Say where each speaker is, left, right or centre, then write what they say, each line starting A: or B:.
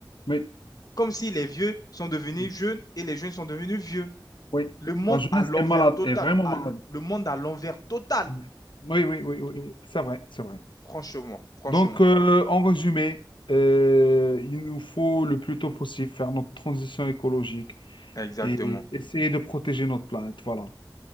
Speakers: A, on the left; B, on the left.
A: Oui,
B: Comme si les vieux sont devenus
A: Mm.
B: jeunes et les jeunes sont devenus vieux.
A: oui.
B: Le monde
A: La jeunesse
B: à l'envers
A: est malade,
B: total.
A: est vraiment
B: à
A: malade.
B: l- le monde à l'envers total.
A: Mm. Oui, oui, oui, oui, oui. C'est vrai, c'est vrai.
B: Franchement, franchement.
A: Donc, euh, en résumé, euh, il nous faut le plus tôt possible faire notre transition écologique
B: Exactement.
A: et essayer de protéger notre planète. Voilà.